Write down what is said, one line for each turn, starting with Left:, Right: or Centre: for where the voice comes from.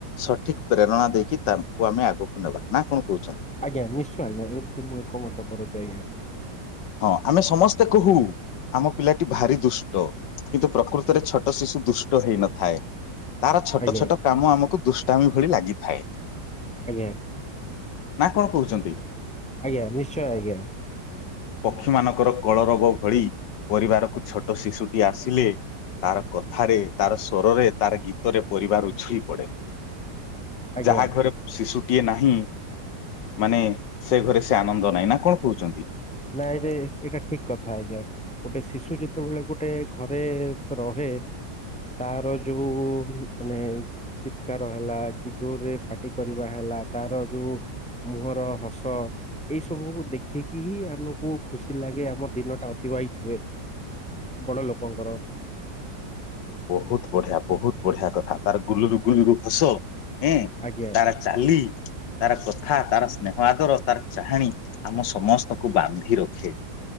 Left: ସଠିକ ପ୍ରେରଣା ଦେଇକି ତାଙ୍କୁ ଆମେ ଆଗକୁ ନେବା। ନା କଣ କହୁଛନ୍ତି?
Centre: ଆଜ୍ଞା ନିଶ୍ଚୟ ଆଜ୍ଞା। ଏଥିରେ ମୁଁ ଏକମତ କରୁଛି ଆଜ୍ଞା।
Left: ହଁ, ଆମେ ସମସ୍ତେ କହୁ, ଆମ ପିଲାଟି ଭାରି ଦୁଷ୍ଟ। କିନ୍ତୁ ପ୍ରକୃତରେ ଛୋଟ ଶିଶୁ ଦୁଷ୍ଟ ହେଇନଥାଏ। ତାର ଛୋଟ
Centre: ଆଜ୍ଞା।
Left: ଛୋଟ କାମ ଆମକୁ ଦୁଷ୍ଟାମି ଭଳି ଲାଗିଥାଏ।
Centre: ଆଜ୍ଞା।
Left: ନା କଣ କହୁଛନ୍ତି?
Centre: ଆଜ୍ଞା ନିଶ୍ଚୟ ଆଜ୍ଞା।
Left: ପକ୍ଷୀ ମାନଙ୍କର କଳରୋଗ ଭଳି ପରିବାରକୁ ଛୋଟ ଶିଶୁଟି ଆସିଲେ ତାର କଥାରେ ତାର ସ୍ୱରରେ ତାର ଗୀତରେ ପରିବାର ଉଛୁଳି ପଡେ।
Centre: ଆଜ୍ଞା
Left: ଯାହା ଘରେ ଶିଶୁଟିଏ ନାହିଁ ମାନେ ସେ ଘରେ ସେ ଆନନ୍ଦ ନାହିଁ ନା କଣ କହୁଛନ୍ତି?
Centre: ନାଇଁ ରେ ଏଇଟା ଠିକ୍ କଥା ଆଜ୍ଞା। ଗୋଟେ ଶିଶୁ ଯେତେବେଳେ ଗୋଟେ ଘରେ ରହେ ତାର ଯୋଉ ମାନେ ଚିତ୍କାର ହେଲା କି ଯୋର ରେ ପାଟି କରିବା ହେଲା ତାର ଯୋଉ ମୁହଁର ହସ ଏଇ ସବୁକୁୁ ଦେଖିକି ହିଁ ଆ ମୁକୁ ଖୁସି ଲାଗେ ଆମ ଦିନ ଟା ଅତିବାହିତ୍ ହୁଏ ବଡ ଲୋକଙ୍କର।
Left: ବହୁତ ବଢିଆ ବହୁତ ବଢିଆ କଥା। ତାର ଗୁଲୁରୁ ଗୁଲୁରୁ ହସ ଉଁ
Centre: ଆଜ୍ଞା
Left: ତାର ଚାଲି। ତାର କଥା, ତାର ସ୍ନେହ ଆଦର, ତାର ଚାହାଣୀ ଆମ ସମସ୍ତକୁ ବାନ୍ଧି ରଖେ।